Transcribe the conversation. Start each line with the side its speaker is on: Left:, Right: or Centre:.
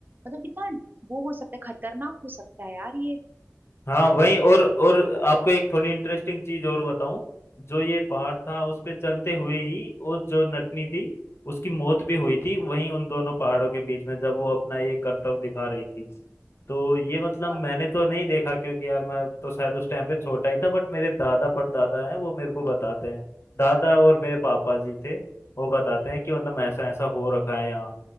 Right: मतलब कितना वो हो सकता है खतरनाक हो सकता है यार ये
Left: हाँ वहीं और और आपको एक थोड़ी इंटरेस्टिंग चीज और बताऊं जो ये पहाड़ था उस पे चलते हुए ही वो जो नटनी थी उसकी मौत भी हुई थी वहीं उन दोनों पहाड़ों के बीच में जब वो अपना ये करतब दिखा रही थी तो ये मतलब
Right: अरे
Left: मैंने तो नहीं देखा क्योंकि यार मैं तो शायद उस टाइम पे छोटा ही था बट मेरे दादा परदादा हैं वो मेरे को बताते हैं दादा और मेरे पापा जी थे वो बताते हैं कि मतलब ऐसा ऐसा हो रखा है यहाँ